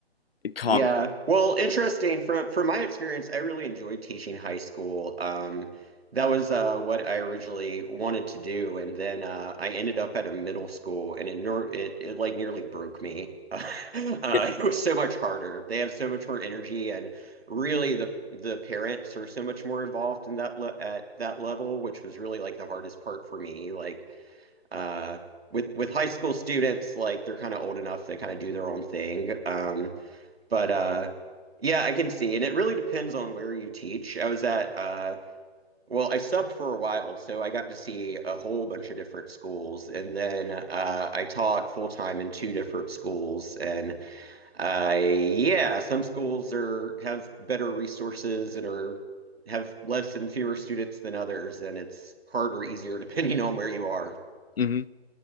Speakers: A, on the left; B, on the right.
A: it com-
B: Yeah. Well, interesting. From from my experience, I really enjoyed teaching high school. Um, that was uh, what I originally wanted to do, and then uh, I ended up at a middle school, and it nor it, it like nearly broke me. <laughs> Uh,
A: yeah.
B: it was so much harder. They have so much more energy, and really the the parents are so much more involved in that le at that level, which was really like the hardest part for me. Like uh, with with high school students, like they're kind of old enough, they kind of do their own thing. Um, but uh yeah, I can see. And it really depends on where you teach. I was at uh well, I subbed for a while, so I got to see a whole bunch of different schools. And then uh I taught full time in two different schools. And uh yeah, some schools are have better resources and are have less and fewer students than others, and it's harder, easier <laughs> depending on where you are.
A: hmm